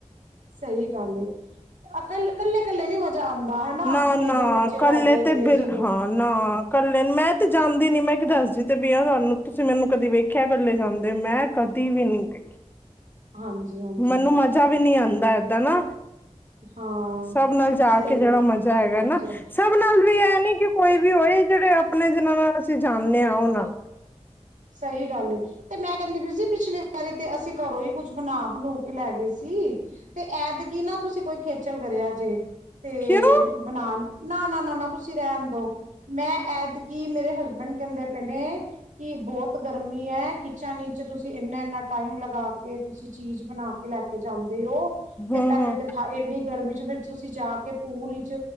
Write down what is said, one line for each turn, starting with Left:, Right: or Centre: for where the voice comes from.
Right: ਸਹੀ ਗੱਲ ਏ ਕ ਕੱਲੇ ਕੱਲੇ ਨੀ ਮਜ਼ਾ ਆਂਦਾ ਹਨਾ
Left: ਨਾ
Right: ਆਪਣੇ
Left: ਨਾ
Right: ਦੋ ਬੱਚੇ
Left: ਇਕੱਲੇ
Right: ਲੈ ਗਏ
Left: ਤੇ ਬਿਲ
Right: ਚਲੋ
Left: ਹਾਂ ਨਾ ਇਕੱਲੇ ਮੈਂ ਤੇ ਜਾਂਦੀ ਨੀ ਮੈਂ ਇੱਕ ਦੱਸਦੀ ਤੇ ਬਆ ਤੁਹਾਨੂੰ ਤੁਸੀਂ ਮੈਨੂੰ ਕਦੀ ਵੇਖਿਆ ਕਰੱਲ ਜਾਂਦੇ ਮੈਂ ਕਦੀ ਵੀ ਨਹੀਂੀ ਗਈ
Right: ਹਾਂਜੀ-ਹਾਂਜੀ
Left: ਮੈਨੂੰ ਮਜਾ ਵੀ ਨਹੀਂ ਆਉਂਦਾ ਦ ਨਾ
Right: ਹਾਂ
Left: ਸਭ ਨਾਲ ਜਾ
Right: ਸਹੀ
Left: ਕੇ ਜਿਹੜਾ
Right: ਏ
Left: ਮਜ਼ਾ ਹੈਗਾ ਨਾ
Right: ਮਜ਼ਾ
Left: ਸਭ ਨਾਲ ਵੀ ਇਹ ਨੀ ਕਿ ਕੋਈ ਵੀ ਹੋਏ ਜਿਹੜੇ ਆਪਣੇ ਜਿਨਾਂ ਨਾਲ ਅਸੀਂ ਜਾਣਦੇ ਹਾਂ ਉਹਨਾਂ
Right: ਸਹੀ ਗੱਲ ਤੇ ਮੈਂ ਕਹਿੰਦੀ ਵੀ ਸੀ ਪਿਛਲੀ ਵਾਰੀ ਤੇ ਅਸੀਂ ਘਰੋਂ ਹੀ ਕੁਛ ਬਣਾ ਬਣਾ ਕੇ ਲੈ ਗਏ ਸੀ ਤੇ ਐਦ ਕੀ ਨਾ ਤੁਸੀਂ ਕੋਈ ਖੇਚਲ ਕਰਿਆਜੇ ਤੇ
Left: ਕਿਉਂ
Right: ਬਣਾਉਣ ਨਾ ਨਾ ਨਾ ਨਾ ਤੁਸੀਂ ਰਹਿਣ ਦੋ ਮੈਂ ਐਦਕੀ ਮੇਰੇ ਹਸਬੈਂਡ ਕਹਿੰਦੇ ਪੈਣੇ ਕਿ ਬਹੁਤ ਗਰਮੀ ਹੈ ਕਿਚਨ ਵਿੱਚ ਤੁਸੀਂ ਇੰਨਾ ਇੰਨਾ ਟਾਈਮ ਲਗਾ ਕੇ ਤੁਸੀਂ ਚੀਜ਼ ਬਣਾ ਕੇ ਲੈ ਕੇ ਜਾਂ ਉਹ
Left: ਹੂੰ-ਹੂੰ
Right: ਤੇ ਪਹਿਲੇ ਤੇ ਥ ਇੰਨੀ ਗਰਮੀ ਚ ਫਿਰ ਤੁਸੀਂ ਜਾ ਕੇ ਪੂਲ ਵਿੱਚ